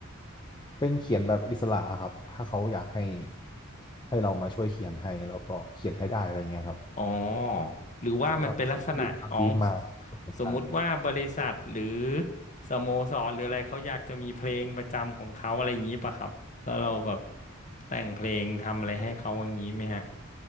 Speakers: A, on the left; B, on the left.
A: เป็นเขียนแบบอิสระครับถ้าเขาอยากให้ให้เรามาช่วยเขียนให้แล้วก็เขียนให้ได้อะไรเงี้ยครับ
B: อ๋อหรือว่ามันเป็นลักษณะของ
A: ก็ลูกค้าบีฟมาก็เขียนได้
B: สมมุติว่าบริษัทหรือสโมสรหรืออะไรเขาอยากจะมีเพลงประจำของเขาอะไรอย่างนี้ป่ะครับแล้วเราแบบแต่งเพลงทำอะไรให้เขาอย่างนี้ไหมฮะ